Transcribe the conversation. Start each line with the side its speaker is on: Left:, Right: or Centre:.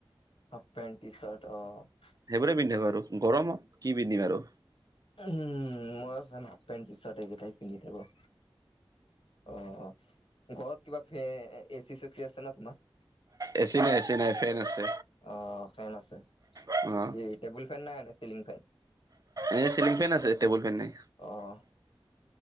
Left: হাফ পেণ্ট, টি চাৰ্ট, অহ।
Right: সেইবোৰেই পিন্ধি থাকো আৰু গৰমত কি পিন্ধিম আৰু।
Left: উম মই চোন হাফ পেণ্ট, টি চাৰ্ট এইকেইটাই পিন্ধি থাকোঁ। অ', অ', ঘৰত কিবা ফে এচি চেচি আছে নে তোমাৰ?
Right: এচি নাই এচি নাই, ফেন আছে।
Left: অ', ফেন আছে।
Right: অ
Left: কি টেবুল ফেন নে চিলিং ফেন?
Right: এ চিলিং ফেন আছে, টেবুল ফেন নাই।
Left: অহ।